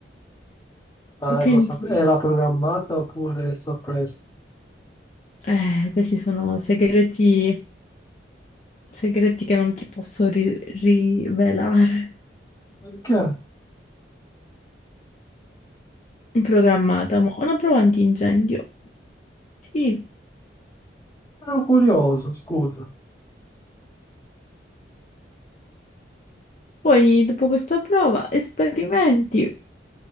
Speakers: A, on the left; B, on the left.
A: <laughs> Ma
B: Quindi,
A: lo sape- era programmata oppure è sorpresa?
B: eh, questi sono segreti, segreti che non ti posso ri- rivelare.
A: Perché?
B: Programmata, ma una prova antincendio. Sì.
A: Ero curioso, scusa.
B: Poi, dopo questa prova, esperimenti.